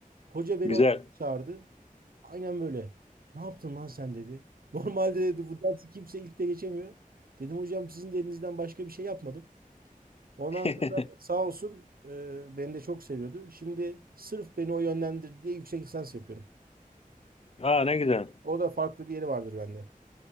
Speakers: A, on the right (about 80°); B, on the left (about 45°).
A: Hoca beni
B: Güzel.
A: odasına çağırdı. Aynen böyle. Ne yaptın lan sen dedi. <laughs> Normalde dedi bu dersi kimse ilk de geçemiyor. Dedim hocam sizin de elinizden başka bir şey yapmadım. Ondan
B: <laughs>
A: sonra sağ olsun e, beni de çok seviyordu. Şimdi sırf beni o yönlendir diye yüksek lisans yapıyorum.
B: Aa ne güzel.
A: O da farklı bir yeri vardır bende.